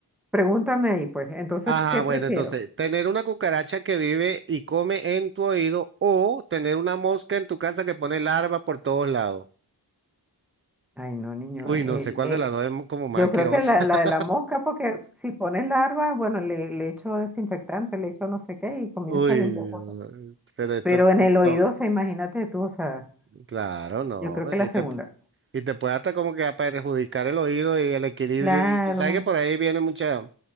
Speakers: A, in the centre; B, on the right.
A: pregúntame ahí, pues, entonces,
B: Ajá,
A: ¿qué
B: bueno,
A: prefiero?
B: entonces, tener una cucaracha que vive y come en tu oído o tener una mosca en tu casa que pone larva por todos lados.
A: Ay, no, niño,
B: Uy,
A: eh,
B: no sé cuál
A: el,
B: de las dos es mu- como más
A: Yo
B: asquerosa.
A: creo que la,
B: <laughs>
A: la de la mosca, porque si pones larva, bueno, le, le echo desinfectante, le echo no sé qué y comienzo
B: Uy,
A: a limpiar cosas.
B: no, pero esto,
A: Pero en
B: esto-
A: el oído, o sea, imagínate tú, o sea,
B: claro, no.
A: yo creo que la
B: Y
A: segunda.
B: te, y te puede hasta como que a perjudicar el oído y el equilibrio.
A: Claro,
B: Y tú sabes que por ahí viene mucha,